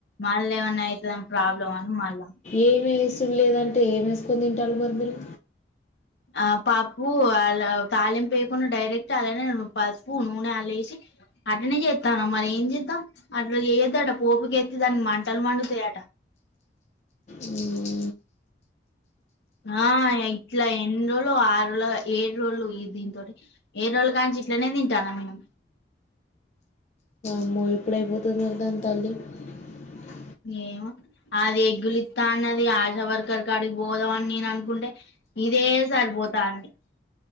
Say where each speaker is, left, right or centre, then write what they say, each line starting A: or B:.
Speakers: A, on the left (about 70°); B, on the left (about 40°).
A: మళ్ళ ఏమన్నా అవుతుంద ప్రాబ్లం అని మళ్ళా
B: ఏం వేసు లేదంటే ఏం వేసుకొని తింటారు మరి మీరు
A: ఆ పప్పు అలా తాళిం వేయకుండా డైరెక్ట్ అలానేే పప్పు నూనె అళ్ళ వేసి అటనే చేస్తాను మరి ఏం చేస్తాం అట్లా చేయొద్దు అంట పోపుకు ఎస్తే దానికి మంటలు మండుతాయట
B: మ్మ్.
A: ఆ ఇట్లా ఎన్ని రోజులు ఆరోజు ఏడు రోజులు దీని తోటి ఏడు రోజులు కా నుంచి ఇట్లనే తింటానా మేము
B: అమ్మో ఇప్పుడయిపోతుంది మకు దాని తల్లి <unintelligible>
A: ఏమో అది ఎగ్గులిస్తా <unintelligible> అని అది ఆశా వర్కర్కి అడిగి పోదాం అని నేను అనుకుంటే ఇదే సరిపోతా అండి